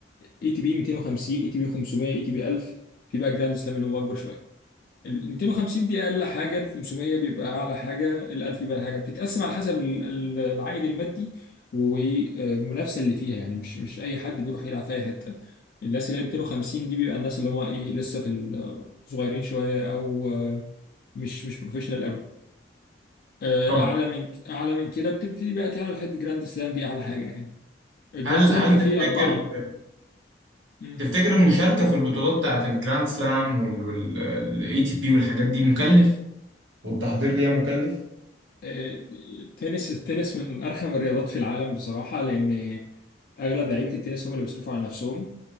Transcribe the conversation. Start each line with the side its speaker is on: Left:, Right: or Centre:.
Left: اي تي بي 250 اي تي بي 500 اي تي بي 1000 في بقى جراند سلام اللي هم اكبر شويه ال 250 دي اقل حاجه ال 500 بيبقى اعلى حاجه ال 1000 بيبقى أعلى حاجه بتتقسم على حسب ال- ال- العائد المادي والمنافسه اللي فيها يعني مش مش اي حد بيروح يلعب في اي حته الناس اللي هي 250 دي بيبقى الناس اللي هم ايه لسه في الصغيرين شويه او آه، مش مش بروفيشنال آه،
Right: طب
Left: اعلى من اعلى من كده بتبتدي بقى تعلى لحد جراند سلام دي اعلى حاجه يعني الجراند
Right: هل
Left: سلام
Right: هل
Left: بيبقى
Right: تفتكر
Left: فيه اربعه مم.
Right: تفتكر المشاركة في البطولات بتاعت الجراند سلام والاي تي بي والحاجات دي مكلف والتحضير ليها مكلف
Left: آه، التنس التنس من ارخم الرياضات في العالم بصراحه لان اغلب لعيبه التنس هم اللي بيصرفوا على نفسهم